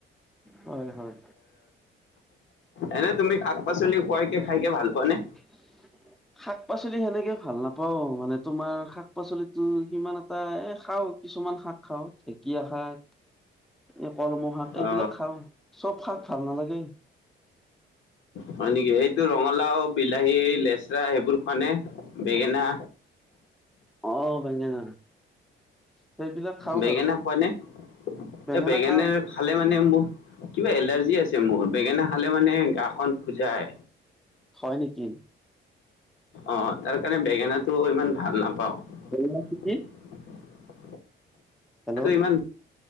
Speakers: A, in the centre; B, on the left.
A: হয় হয়
B: এনে তুমি শাক পাচলি খোৱাইকে খাইকে ভাল পোৱা নে?
A: উ <unintelligible> শাক পাচলি সেনেকে ভাল নাপাওঁ, মানে তোমাৰ শাক পাচলিটো সিমান এটা এ খাওঁ কিছুমান শাক খাওঁ ঢেকীয়া শাক এই কলম শাক এইবিলাক
B: অ
A: খাওঁ, চব শাক ভাল নালাগে।
B: হয় নেকি? এইটো ৰঙালাও বিলাহী লেচৰা সেইবোৰ খোৱা নে বেঙেনা?
A: অ' বেঙেনা, সেইবিলাক খাওঁ
B: বেঙেনা
A: বাৰু
B: খোৱা নে?
A: বেঙেনা
B: এই বেঙেনাৰ
A: খাওঁ
B: খালে মানে মোৰ কিবা এলাৰ্জি আছে মোৰ বেঙেনা খালে মানে গা খন খোজাই।
A: হয় নেকি?
B: অ' তাৰ কাৰণে বেঙেনাটো ইমান ভাল নাপাওঁ।
A: বেঙেনা খেতি হেল্ল'
B: ত' ইমান